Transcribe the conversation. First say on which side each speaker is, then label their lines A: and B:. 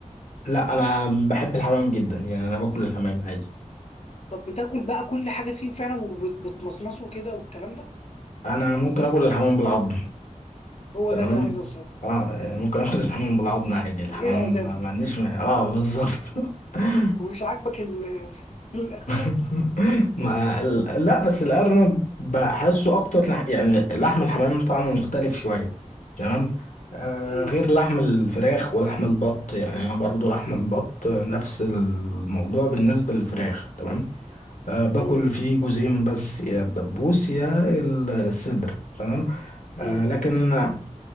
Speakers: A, on the left; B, on the left.
A: لا أنا بحب الحمام جدا يعني أنا باكل الحمام عادي
B: طب بتاكل بقى كل حاجه فيه فعلا وبتمصمصه كده والكلام ده
A: أنا ممكن آكل الحمام بالعظم
B: هو
A: تمام
B: ده اللي عايز اوصله
A: أه يعني ممكن آكل الحمام بالعظم عادي الحمام
B: غير ادمي
A: ما ما عنديش مانع. أه بالظبط <laughs>
B: ومش عاجبك ال... <laughs> الارنب
A: <laughs> ما ال- لا بس الأرنب بحسه أكتر لح- يعني لحم الحمام طعمه مختلف شوية تمام آه
B: امم
A: غير لحم الفراخ ولحم البط يعني أنا برضو لحم البط آه، نفس الموضوع بالنسبة للفراخ تمام آه باكل
B: امم
A: فيه جزئين بس يا الدبوس يا الصدر تمام آه
B: امم
A: لكن آه،